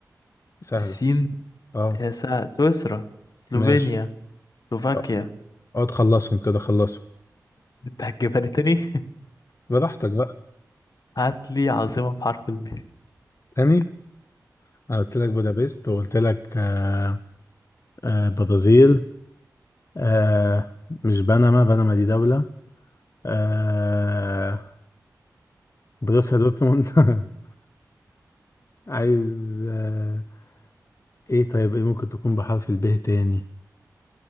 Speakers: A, on the left (about 45°); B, on the left (about 65°).
A: سهلة
B: السين
A: اه
B: هي سا- سويسرا سلوفينيا
A: ماشي
B: سلوفاكيا
A: آه، اقعد خلصهم كده خلصهم
B: انت هتجيبها لي تاني <laughs>
A: براحتك بقى
B: هاتلي عاصمة بحرف الب
A: تاني أنا قلت لك بودابست وقلت لك آه آه برازيل آه مش بنما بنما دي دولة آه بروسيا دورتموند <laughs> عايز آه ايه طيب ايه ممكن تكون بحرف الب تاني